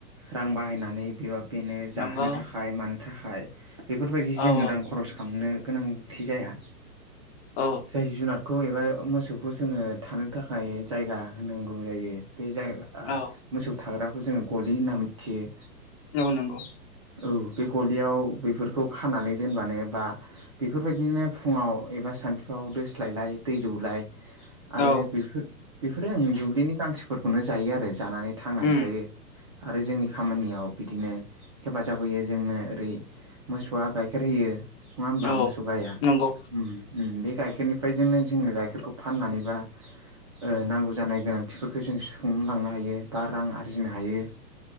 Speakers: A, on the right; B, on the left.
A: रां बाहायनानै बेब बेनो जाहोनो
B: नंगौ
A: थाखाय मानो थाखाय बेफोरबायदि जोङो
B: औ औ
A: रां खरस खालामनो गोनांथि जाया
B: औ
A: जाय जुनारखौ एबा मोसौखौ जोङो थानो थाखाय जायगा होनांगौ जायो बे जायग
B: औ
A: मोसौ थाग्राखौ जोङो गलि होनना मिथियो
B: औ नंगौ
A: औ बे गलियाव बेफोरखौ खानानै दोनबानो बा बेफोरबायदिनो फुङाव एबा सानथुआव दोस्लायलाय दै दौलाय
B: औ
A: आरो बेफोर बेफोरो आं दुब्लिनि गांसोफोरखौनो जायो आरो जानानै थांनानै
B: उम
A: थायो आरो जोंनि खामानियाव बिदिनो हेफाजाब होयो जोंनो ओरै मोसौआ गाइखेर होयो नङा होमबा
B: औ
A: मोसौ गाया
B: नंगौ
A: उम उम बे गाइखेरनिफ्राय जोंनो जोङो गाइखेरखौ फाननानै बा ओ नांगौ जानाय गोनांथिफोरखौ जों सुफुंनो लांनो हायो बा रां आरजिनो हायो